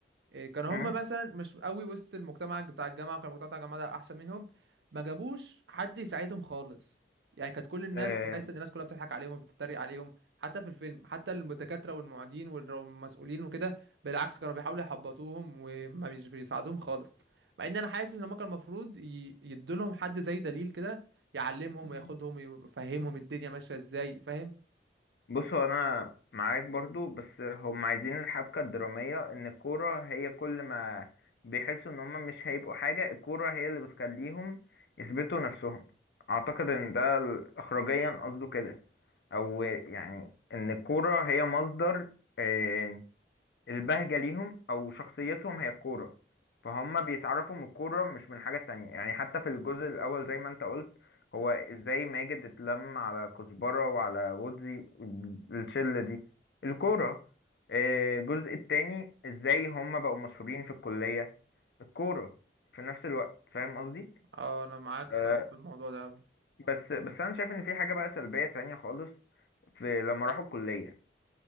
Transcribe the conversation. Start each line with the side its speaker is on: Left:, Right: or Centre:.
Right: إيه، كانوا
Left: مم.
Right: هم مثلا مش قوي وسط المجتمع بتاع الجامعه وكان المجتمع بتاع الجامعه ده احسن منهم ما جابوش حد يساعدهم خالص يعني كانت كل الناس
Left: آه،
Right: تحس ان الناس كلها بتضحك عليهم وبتتريق عليهم حتى في الفيلم حتى الدكاتره والمعيدين والر- والمسؤولين وكده بالعكس كانوا بيحاولوا يحبطوهم وما بيش- بيساعدوهم خالص مع ان انا حاسس ان هم كان المفروض ي- يدولهم حد زي دليل كده يعلمهم
Left: مم.
Right: وياخدهم ويفهمهم الدنيا ماشيه ازاي فاهم
Left: بص هو انا معاك برضو بس هم عايزين الحبكة الدرامية ان الكورة هي كل ما بيحسوا ان هم مش هيبقوا حاجة الكورة هي اللي بتخليهم يثبتوا نفسهم اعتقد ان ده ال- اخراجيا قصده كده او يعني ان الكورة هي مصدر آه، البهجة ليهم أو شخصيتهم هي الكورة فهم بيتعرفوا من الكورة مش من حاجة تانية يعني حتى في الجزء الأول زي ما أنت قلت هو إزاي ماجد اتلم على كزبرة وعلى غوزي الشلة دي الكورة آه، الجزء التاني إزاي هم بقوا مشهورين في الكلية الكورة في نفس الوقت فاهم قصدي؟
Right: اه انا معاك
Left: آه،
Right: صراحه في الموضوع ده أوي.
Left: بس بس أنا شايف إن في حاجة بقى سلبية تانية خالص في لما راحوا الكلية